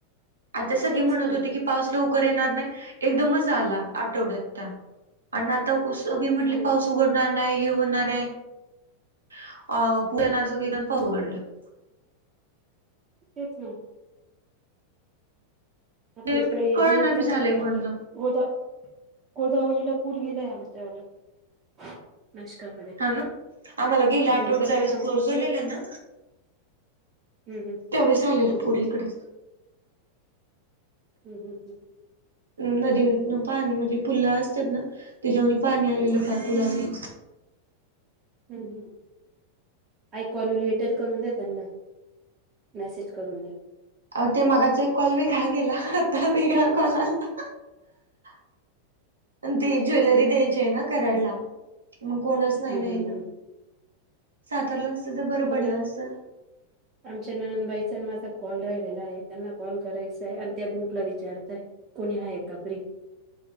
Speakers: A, on the right; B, on the right.
A: आता सगळी
B: तेच
A: म्हणत
B: ना
A: होती की पाऊसला लवकर येणार नाही. एकदमच आला आठवड्यात त्या आणि आता कुसी म्हटले
B: मग
A: पाऊस उघडणार नाही हे हूणार <unintelligible>
B: तेच ना आता
A: ते
B: इकडे
A: कळना
B: भयंकर,
A: बी झालंय
B: आता
A: कोणच
B: हे गोदा गोदावरीला पूर गेलाय आमच्याला <unintelligible>
A: हा ना आम्हाला गेला
B: भयंकर
A: आठवड्याच्या ज्या वेळेस
B: त्र्यंबककडे
A: पाऊस पाऊस झालेला ना
B: हम्म
A: त्यावेळेस आलेलं पूर इकडं
B: हम-हम-हम
A: नदी विन पाणी म्हणजे पुला असतात ना त्याच्यावर पाणी आलेलं फार पुलावणी
B: हम हम आय कॉल यू लेटर करून द्या त्यांना मेसेज करून द्या
A: अ ते मागाचा एक कॉल वेगळा, गेला आता वेळा कॉल आला <inaudible> ते ज्वेलरी
B: तेच ना
A: द्यायची आहे ना कराडला, मग कोणच नाही
B: हम्म
A: नाही
B: हम्म
A: न्यायला
B: हम्म
A: सातारलं असत तर बरं
B: बघा
A: पडलं असत.
B: आमच्या ननंदबाईचा माझा कॉल राहिलेला आहे. त्यांना कॉल करायचा आहे आणि त्या ग्रुपला विचारताय कोणी आहे का फ्री?